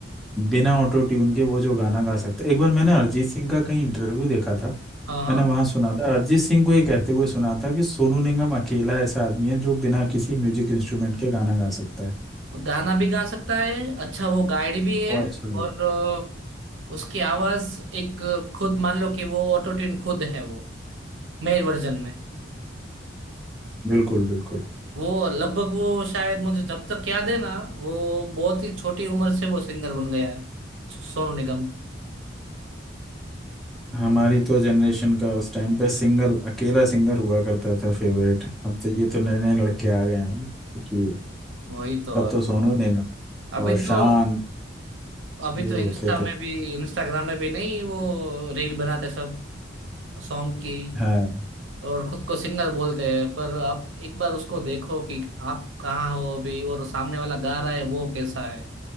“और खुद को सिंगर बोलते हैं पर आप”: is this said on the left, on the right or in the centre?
Right